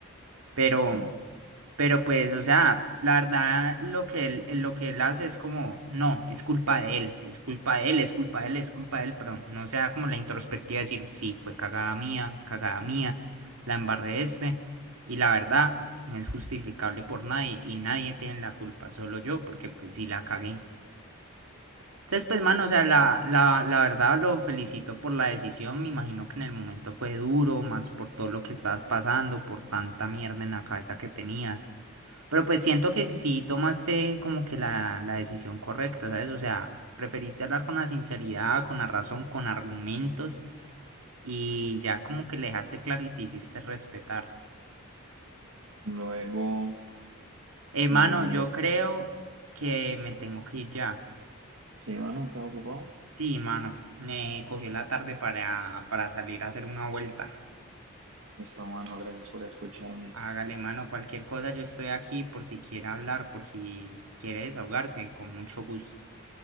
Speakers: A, on the right (about 80°); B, on the right (about 60°).
A: Pero,
B: no,
A: pero pues, o sea, la verdad, lo que él, eh, lo que él hace es como, no, es culpa de él, es culpa de él, es culpa de él, es culpa de él, pero no sea como la introspectiva de decir, sí, fue cagada mía, cagada mía, la embarré este. Y la verdad, no es justificable por nadie y nadie tiene la culpa, solo yo, porque pues sí la cagué. Entonces, pues,
B: no,
A: mano,
B: no.
A: o sea, la, la, la verdad lo felicito por la decisión. Me imagino que en el momento fue duro, más por todo lo que estabas pasando, por tanta mierda en la cabeza que tenías. Pero pues siento que sí, sí tomaste como que la, la decisión correcta, ¿sabes? O sea, preferiste hablar con la sinceridad, con la razón, con argumentos y ya como que le dejaste claro y te hiciste respetar.
B: Luego,
A: Eh, mano,
B: eh,
A: yo creo que me tengo que ir ya.
B: sí, mano, ¿estás ocupado?
A: Sí, mano, me cogió la tarde para, para salir a hacer una vuelta.
B: Listo, mano, gracias por escucharme.
A: Hágale mano cualquier cosa, yo estoy aquí por si quiere hablar, por si quiere desahogarse, con mucho gusto.